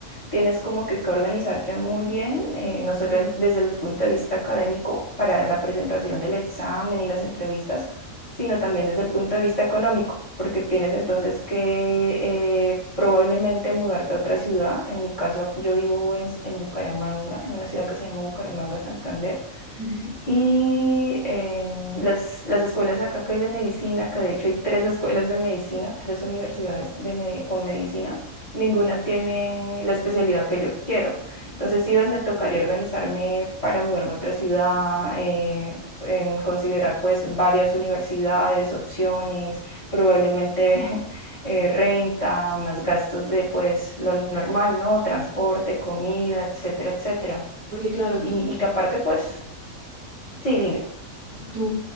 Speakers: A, on the left; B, on the right.
A: Tienes como que, que organizarte muy bien, eh, no solo en- desde el punto de vista académico para la presentación del examen y las entrevistas, sino también desde el punto de vista económico, porque tienes entonces que eh, probablemente mudarte a otra ciudad. En mi caso, yo vivo en, en Bucaramanga, en una ciudad que se llama Bucaramanga, Santander.
B: Ujú.
A: Y eh, las, las escuelas acá que hay de medicina, que de hecho hay tres escuelas de medicina, tres universidades de medi- con medicina, ninguna tiene la especialidad que yo quiero. Entonces, si ves, me tocaría organizarme para mudarme a otra ciudad, eh, em, considerar pues varias universidades, opciones, probablemente <laughs> eh, renta, más gastos de pues lo normal, ¿no? Transporte, comida, etcétera, etcétera.
B: Porque claro,
A: Y,
B: tú,
A: y que aparte pues, sí, dime.
B: Tu,